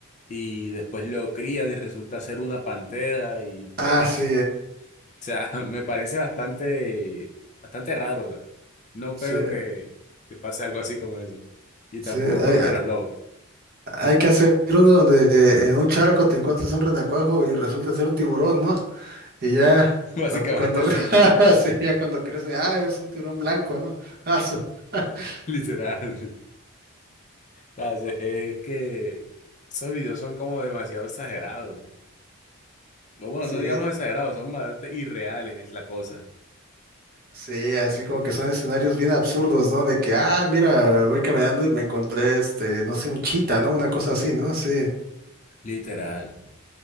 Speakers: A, on the left; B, on the right.
A: y después lo crían y resulta ser una pantera y pues
B: Ah, sí,
A: o sea, <laughs> me parece bastante, bastante raro. o sea, no
B: sí,
A: creo que, que pase algo así como eso. Y tampoco
B: sí, hay-
A: con los de los lobos.
B: Hay que hacer uno donde eh, en un charco te encuentras un renacuajo y resulta ser un tiburón, ¿no? Y ya
A: <laughs> Básicamente
B: cuando, cuando
A: sí,
B: <laughs> sí, ya cuando crece, ah, es un tiburón blanco, ¿no? Ah, su- <laughs>
A: <laughs> literal. <laughs> O sea, se- es que esos videos son como demasiado exagerados. O bueno,
B: Sí,
A: no digamos exagerados, son bastante irreales, es la cosa.
B: sí, así como que son escenarios bien absurdos, ¿no? De que, ah, mira, voy caminando y me encontré, este, no sé, un chita, ¿no? Una cosa así, ¿no? Sí,
A: Literal. O